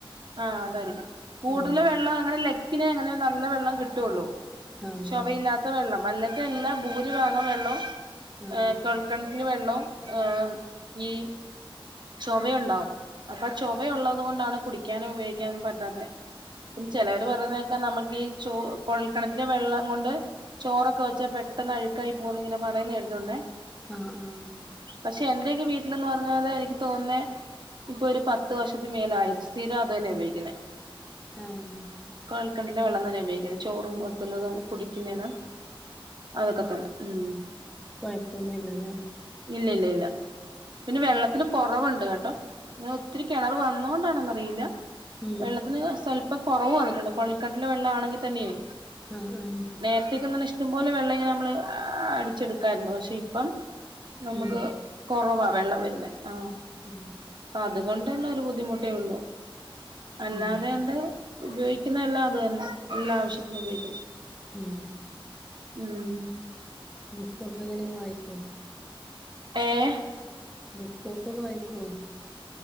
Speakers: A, on the right; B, in the centre.
A: ആഹ് അതായിരിക്കും കൂടുതൽ
B: ആഹ്
A: വെള്ളം അങ്ങനെ ല ക്കിനെ അങ്ങനെ നല്ല വെള്ളം കിട്ടൊള്ളൂ
B: ആഹ്
A: ശൊവയില്ലാത്ത വെള്ളം അല്ലത്തെ എല്ലാം ഭൂരിഭാഗം വെള്ളവും
B: ആഹ്
A: ഏഹ് കെ കെണറ്റില് വെള്ളം ഏഹ് ഈ ചൊവയുണ്ടാവും അപ്പൊ ചൊവയുള്ളത് കൊണ്ടാണ് കുടിക്കാനും ഉപയോഗിക്കാനും പറ്റാത്തെ പിന്നെ ചെലവർ പറയുന്നേക്കാ നമുക്ക് ഈ ചോ കൊഴൽക്കിണറ്റിലെ വെള്ളം കൊണ്ട് ചോറൊക്കെ വെച്ചാ പെട്ടെന്ന് അഴുക്കായി പോകുന്ന് ഇങ്ങനെ പറയുന്നെ കേട്ടിട്ടുണ്ടേ
B: ആഹ് ആഹ്
A: പക്ഷെ എന്റെയൊക്കെ വീട്ടില് ന്ന് പറഞ്ഞാല് എനിക്ക് തോന്നേ ഇപ്പൊ ഒരു പത്ത് വർഷത്തി മേലായി സ്ഥിരം അത് തന്നെ ഉപയോഗിക്കുന്നേ
B: ആഹ്
A: കൊയൽക്കിണറിലെ വെള്ളം തന്നെ ഉപയോഗിക്കുന്നത് ചോറും വെക്കുന്നതും കുടിക്കുന്നെല്ല അതൊക്കെ തന്നെ ഉം
B: കൊയപ്പൊന്നും ഇല്ലല്ലെ
A: ഇല്ല ഇല്ല ഇല്ല പിന്നെ വെള്ളത്തിന് കൊറവുണ്ട് കേട്ടോ ഇങ്ങനെ ഒത്തിരി കെണർ വന്നോണ്ടാണോന്നറിയില്ല
B: ഉം
A: വെള്ളത്തിന് സ്വല്പ്പം കൊറവു വന്നിട്ടുണ്ട് കൊഴൽക്കിണറിലെ വെള്ള ആണെങ്കി തന്നെയേ
B: ആഹ് ആഹ്
A: നേരത്തേക്കെന്നെ ഇഷ്ടം പോലെ വെള്ളം ഇങ്ങനെ നമ്മള് അടിച്ചെടുക്കായിരുന്നു പക്ഷെ ഇപ്പം നമുക്ക്
B: ഉം
A: കൊറവാ വെള്ളം വരുന്നെ ആഹ്
B: ഉം
A: പ്പ അതുകൊണ്ടന്നൊരു ബുദ്ധിമുട്ടേ ഒള്ളൂ അല്ലാതെണ്ട്
B: ആഹ്
A: ഉപയോഗിക്കുന്നെല്ലാം അത് തന്നെ എല്ലാ ആവശ്യത്തിനും ഉപയോഗിക്കുന്നെ
B: ഉം
A: ഉം
B: ബുക്കൊക്കെ എങ്ങനെ വായിക്കോ
A: ഏഹ്
B: ബുക്കൊക്കെ വായിക്കുവോ